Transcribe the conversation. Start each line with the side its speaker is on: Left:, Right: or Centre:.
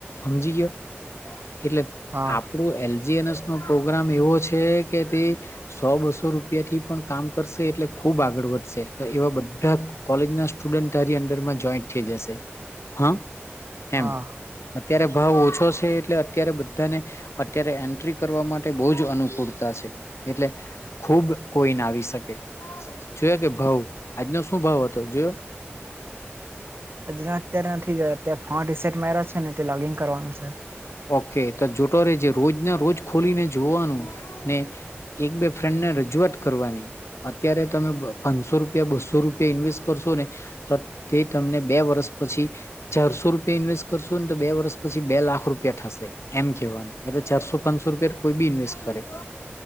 Left: હમજી ગયો? એટલે
Right: હા
Left: આપણું એલ જી એન એસ નો પ્રોગ્રામ એવો છે કે તે સો બસો રૂપિયાથી પણ કામ કરશે એટલે ખુબ આગળ વધશે. તો એવા બધા કોલેજના સ્ટુડન્ટારી અડરમાં જોઈન્ટ થઈ જશે. હા.
Right: હા.
Left: એમ અત્યારે ભાવ ઓછો છે એટલે અત્યારે બધાને અત્યારે એન્ટ્રી કરવા માટે બહુ જ અનુકૂળતા છે. એટલે ખુબ કોઈ ના આવી શકે. જોયા કે ભાવ આજનો શું ભાવ હતો જોયો?
Right: <unintelligible> આજ અત્યારે નથી જ અ ફોન રિસેટ માઈરા છે ને લોગિન કરવાનું છે.
Left: ઓકે તો જોતો રેજ રોજ ના રોજ ખોલીને જોવાનું ને એક બે ફ્રેન્ડને રજૂઆત કરવાની અત્યારે તમે પાંચસો રૂપિયા, બસો રૂપિયા ઇન્વેસ્ટ કરશો ને તો તે તમને બે વર્ષ પછી ચારસો રૂપિયા ઇન્વેસ્ટ કરશોને તો બે વર્ષ પછી બે લાખ રૂપ થશે એમ કેવાનું એટલે ચારસો, પાંચસો રૂપિયા કોઈ બી ઇન્વેસ્ટ કરે.